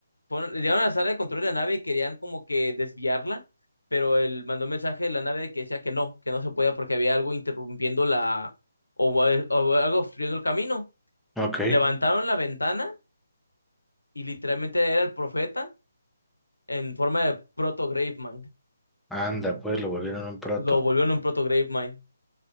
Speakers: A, on the left; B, in the centre.
A: fueron- llegaron a la sala de control de la nave y querían como que desviarla, pero él mandó un mensaje de la nave que decía que no, que no se podía porque había algo interrumpiendo la o, o algo obstruyendo el camino.
B: Ok.
A: Levantaron la ventana y literalmente era el profeta en forma de proto Gravemind.
B: Anda, pues lo volvieron un proto.
A: Lo volvieron un proto Gravemind.